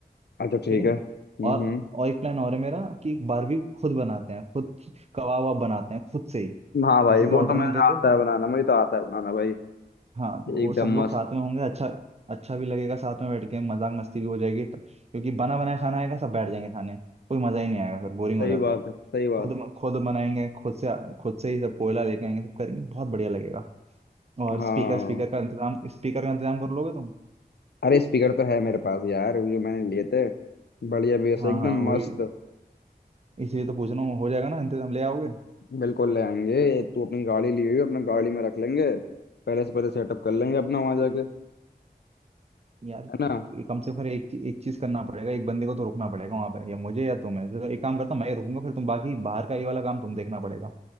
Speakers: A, on the left (about 80°); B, on the right (about 40°).
A: अच्छा ठीक
B: ठीक है
A: है हम्म
B: और
A: हम्म
B: और एक प्लान और है मेरा कि एक बारबी खुद बनाते हैं खुद कबाब वबाब बनाते हैं खुद से ही
A: हाँ भाई
B: किसी से
A: वो
B: ऑर्डर
A: तो मुझे
B: नहीं देते
A: आता है बनाना मुझे तो आता है बनाना भाई
B: हाँ तो वो
A: एकदम
B: सब लोग
A: मस्त
B: साथ में होंगे अच्छा अच्छा भी लगेगा साथ में बैठ के मजाक मस्ती भी हो जाएगी तो, क्योंकि बना बनाया खाना आएगा सब बैठ जाएंगे खाने कोई मजा ही नहीं आएगा फिर बोरिंग
A: सही
B: हो जाता
A: बात
B: है
A: है सही बात
B: खुद खुद बनाएंगे खुद से खुद से ही सब कोयला लेके आएंगे सब करेंगे बहुत बढ़िया लगेगा और
A: है। हाँ
B: स्पीकर स्पीकर का इंतजाम स्पीकर का इंतजाम कर लोगे तुम
A: अरे स्पीकर तो है मेरे पास यार वो जो मैंने लिए थे बढ़िया बेस
B: हाँ
A: एकदम
B: हाँ वही
A: मस्त
B: इसीलिए तो पूछ रहा हूँ हो जाएगा ना इंतजाम ले आओगे
A: बिल्कुल ले आएंगे ये तू अपनी गाड़ी लिए हुई अपना गाड़ी में रख लेंगे पहले से पहले सेटअप कर लेंगे अपना वहां जाके है
B: यार
A: ना
B: ये कम से कम फिर एक ची- एक चीज करना पड़ेगा एक बंदे को तो रुकना पड़ेगा वहां पे या मुझे या तुम्हें तो एक काम करता हूँ मैं ही रुकूंगा फिर तुम बाकी बाहर का ये वाला काम तुम देखना पड़ेगा